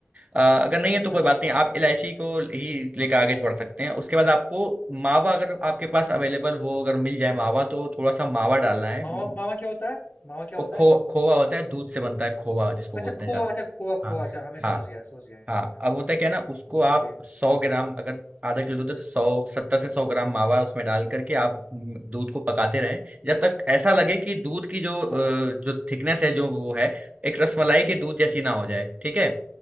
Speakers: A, on the right (about 35°); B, on the left (about 50°).
A: अ, अगर नहीं है
B: अच्छा
A: तो कोई बात
B: ऑप्शन
A: नहीं
B: में
A: आप इलायची को ही लेकर आगे बढ़ सकते हैं उसके बाद आपको मावा अगर आपके पास अवेलेबल हो अगर मिल जाए मावा तो थोड़ा सा मावा डालना है
B: मावा
A: हम्म,
B: मावा क्या होता है मावा क्या
A: वो
B: होता
A: खो
B: है
A: खोवा होता है दूध से बनता है खोवा जिसको बोलते
B: अच्छा खोआ
A: हैं
B: अच्छा खोआ
A: हाँ
B: खोआ अच्छा हमें
A: हाँ
B: समझ गया समझ गया
A: हाँ अब होता है क्या ना उसको आप
B: ओके
A: सौ ग्राम
B: हाँ
A: अगर आधा किलो दूध है तो सौ सत्तर से सौ ग्राम मावा उसमें डाल करके आप म, दूध को पकाते रहें जब तक ऐसा लगे कि दूध की जो अ,
B: हाँ
A: जो थिकनेस है जो वो है एक रसमलाई के दूध जैसी ना हो जाए ठीक है